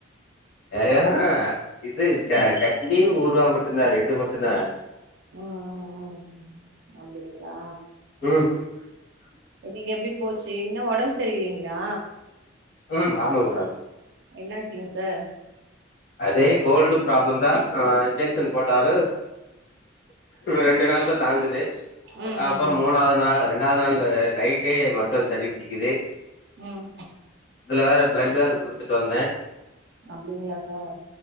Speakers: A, on the left; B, on the right.
A: ஏயா இது ச சட்னியு ஊறுகா மட்டுந்தா ரெண்டு மட்டுந்தா
B: அ அ அ அ அப்டிங்லா
A: ம்
B: இன்னைக்கு எப்டி போச்சு இன்னு ஓடம் சரிலைங்ளா
A: ம் ஆமாங் மேடம்
B: என்னாச்சுங் சார்
A: அதே கோல்டு ப்ராப்ளம் தா ஆ இன்ஜெக்க்ஷன் போட்டாலு ரெண்டு நாள் தா தாங்குது
B: ம்
A: அப்பரோ
B: ம் ம்
A: மூணாவ்து நா ரெண்டாவ்து நாள் நைட்டே மருக்கா சளி புடிக்குது
B: ம்
A: இதுல வேற பிளட் வேற குடுத்துட்டு வந்தே
B: அப்டிங்களா சார்